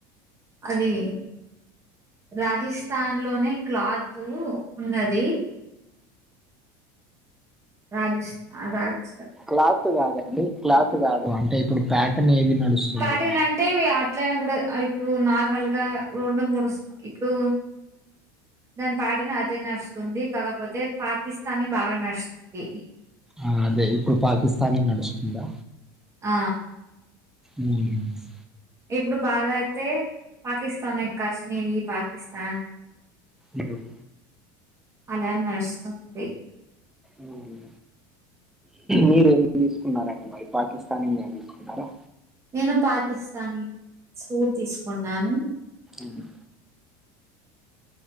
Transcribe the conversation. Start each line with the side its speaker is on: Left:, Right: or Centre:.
Right: అది రాజెస్థాన్ లోనే క్లాత్ ఉన్నది రాజస్థా రాజ్
Centre: క్లాత్ కాదండి క్లాత్ కాదు అంటే ఇప్పుడు ప్యాటర్న్ ఏది నడుస్తుంది
Right: ప్యాటర్న్ అంటే వియా ఎట్లైనా కూడా అవి ఇప్పుడు నార్మల్గా రొండు మూడు ఇప్పుడు దాని పాటన్ అదే నడుస్తుంది కాకపోతే పాకిస్తాన్నీ బాగా నడుస్తుంది
Centre: ఆ అదే ఇప్పుడు పాకిస్తాంది నడుస్తుందా
Right: ఆ
Centre: ఉమ్
Right: ఇప్పుడు బాగా అయితే పాకిస్తాన్ ఏ కాశ్మీర్ పాకిస్తాన్
Centre: ఉమ్
Right: అలా నడుస్తుంది
Centre: ఉమ్ మీరేం తీసుకున్నారండి మరి. పాకిస్తానీ ఇండియా తీసుకున్నారా.
Right: నేను పాకిస్తానీ సూట్ తీసుకున్నాను.
Centre: ఉమ్.